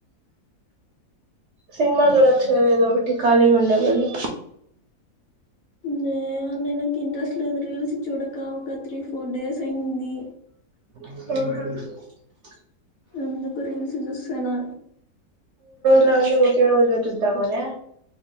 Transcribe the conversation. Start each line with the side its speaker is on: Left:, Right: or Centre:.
Right: సినిమా చూడొచ్చు కదా ఏదో ఒకటి ఖాళీగా ఉండే బదులు
Left: నేనేమన్న ఇంట్రెస్ట్ లేదు రీల్స్ చూడక ఒక త్రీ ఫోర్ డేస్ అయింది
Right: ఉహు
Left: అందుకు రీల్స్ చూస్తానా
Right: అన్నీ ఒకే రోజులో చూద్దామనా